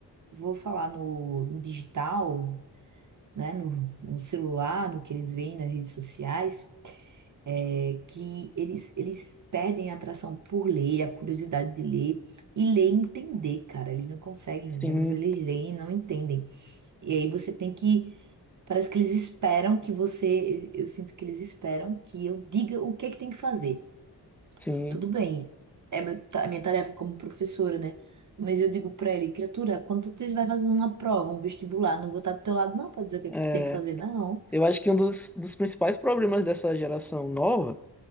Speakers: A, on the right (about 50°); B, in the centre.
A: vou falar no, no digital, né? No, no celular, no que eles veem nas redes sociais, é, que eles, eles perdem a atração por ler, a curiosidade de ler e ler e entender, cara. Eles não conseguem.
B: sim,
A: Às vezes eles leem e não entendem. E aí você tem que Parece que eles esperam que você. Eu sinto que eles esperam que eu diga o que é que tem que fazer.
B: sim.
A: Tudo bem, é meu, ta- a minha tarefa como professora, né? Mas eu digo pra ele, criatura, quando tu estiver fazendo uma prova, um vestibular, não vou estar do teu lado, não, pra dizer o que é
B: É,
A: que tu tem que fazer, não.
B: eu acho que um dos, dos principais problemas dessa geração nova